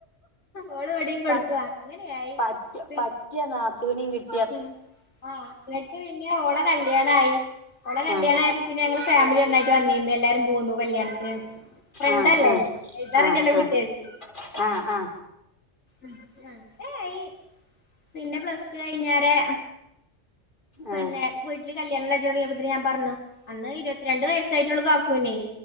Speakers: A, on the left; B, on the left.
A: ഓള് ഇവിടെയും കൊടുക്കും
B: പറ്റ്
A: അങ്ങനെയായി
B: പറ്റ്
A: പി-
B: പറ്റ്യാ നാത്തൂനേം കിട്ട്
A: ഉം ആഹ് എന്ന്ട്ട് പിന്നെ ഓളെ കല്യാണായി ഓളെ കല്യാണായ
B: ആഹ്
A: പിന്നെ ഞങ്ങള് ഫാമിലിയെല്ലായ്ട്ട് അറിഞ്ഞീര്ന്ന് എല്ലാരും പോന്നൂ കല്യാണത്തിന് ഫ്രണ്ടല്ലേ
B: ആഹ് ആഹ്
A: ഇതാറിഞ്ഞല്ലോ
B: ആഹ്
A: വീട്ടുകാര്ക്ക്‌
B: ആഹ് ആഹ്
A: ഉം ആഹ് ഏയ് പിന്നെ പ്ലസ്ടു കഴിഞ്ഞാടേ പിന്നേ
B: ആഹ്
A: വീട്ടില് കല്യാണാലോചനൊടങ്ങിയപ്പോ പിന്നെ ഞാൻ പറഞ്ഞു അന്ന് ഇരുപത്തിരണ്ട് വയസായിട്ടൊള്ളൂ കാക്കുനെ